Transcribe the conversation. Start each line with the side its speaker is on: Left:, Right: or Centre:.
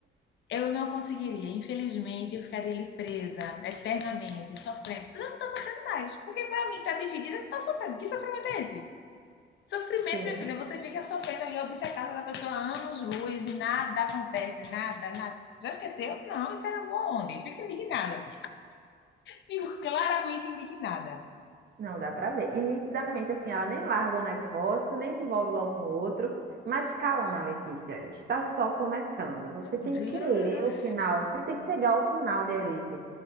Left: Eu não conseguiria. Infelizmente, eu ficaria ali presa eternamente, sofrendo. Eu já não tô sofrendo mais. Porque pra mim, tá dividida, tá sofrendo. Que sofrimento é esse? Sofrimento,
Right: Sim.
Left: minha filha, você fica sofrendo ali, obcecada da pessoa há anos-luz e nada acontece, nada, nada. Já esqueceu? Não, isso era amor onde? Fica indignada. Fico claramente indignada.
Right: Não, dá pra ver. E nitidamente, assim, ela nem larga o negócio, nem se envolve logo com o outro. Mas calma, Letícia, está só começando. Você
Left: Meu
Right: tem
Left: Deus
Right: que ler
Left: do céu.
Right: o final, você tem que chegar ao final de Elite.